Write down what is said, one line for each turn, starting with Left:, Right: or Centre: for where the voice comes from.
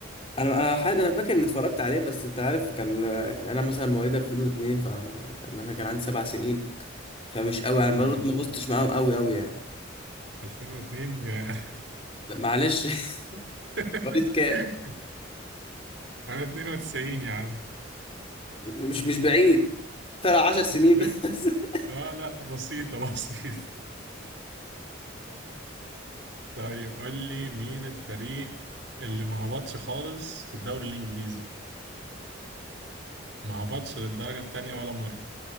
Left: انا انا حد انا فاكر اني اتفرجت عليه بس انت عارف كان يعني انا مثلا مواليد 2002 ف مثلا كان عندي سبع سنين فمش قوي يعني
Right: اه
Left: برضه ما غصتش معاهم قوي قوي يعني
Right: 2002 يا
Left: لا، معلش <laughs>
Right: <laughs>
Left: مواليد كام
Right: أنا 92 يا عم
Left: مش مش بعيد ترى 10 سنين
Right: مش بن...
Left: بس <laughs>
Right: اه لا بسيطة <laughs> بسيطة طيب قول لي مين الفريق اللي ما هبطش خالص في الدوري الإنجليزي ما هبطش للدرجة التانية ولا مرة